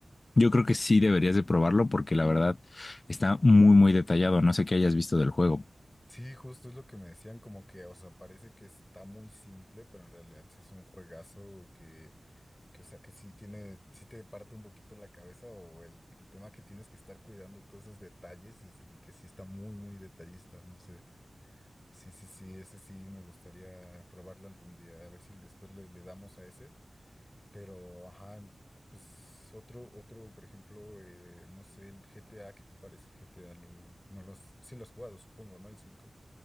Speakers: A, on the left; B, on the left.
A: yo creo que sí deberías de probarlo porque la verdad está muy, muy detallado. No sé qué hayas visto del juego.
B: Sí, justo es lo que me decían, como que, o sea, parece que está muy simple, pero en realidad sí es un juegazo que, que o sea, que sí tiene, sí te parte un poquito la cabeza o el, el tema que tienes que estar cuidando todos esos detalles es- y, que sí está muy, muy detallista, no sé. Sí, sí, sí, ese sí me gustaría probarlo algún día, a ver si después le, le damos a ese, pero, ajá, pues otro, otro, por ejemplo, eh, no sé, el GTA, ¿qué te parece el GTA? Lo, no lo has, sí lo has jugado, supongo, ¿no? El cinco